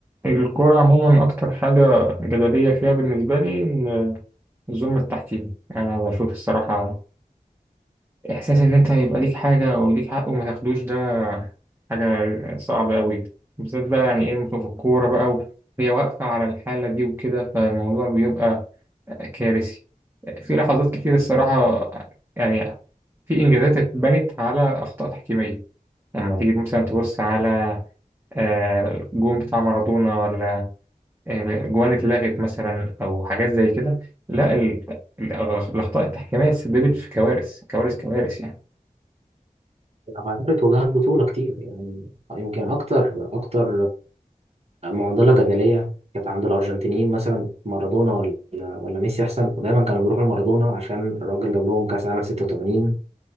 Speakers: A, on the right; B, on the right.
A: الكورة عموما أكتر حاجة جدلية فيها بالنسبة لي إن الظلم التحكيمي أنا بشوف الصراحة إحساس إن أنت يبقى ليك حاجة أو ليك حق وما تاخدوش ده حاجة صعبة أوي بالذات بقى يعني إيه ممكن في الكورة بقى وهي واقفة على الحالة دي وكده فالموضوع بيبقى كارثي في لحظات كتير الصراحة يعني في إنجازات اتبنت على أخطاء تحكيمية لما تيجي مثلا تبص على آه، الجون بتاع مارادونا ولا آه، جوان اتلغت مثلا او حاجات زي كده لا ال- الأغ- الاخطاء التحكيميه سببت في كوارث كوارث كوارث يعني
B: عملت وجهات بطولة كتير يعني يمكن أكتر أكتر معضلة جدلية كانت عند الأرجنتينيين مثلا مارادونا ولا ولا ميسي أحسن ودايما كانوا بيروحوا لمارادونا عشان الراجل جاب لهم كأس عالم 86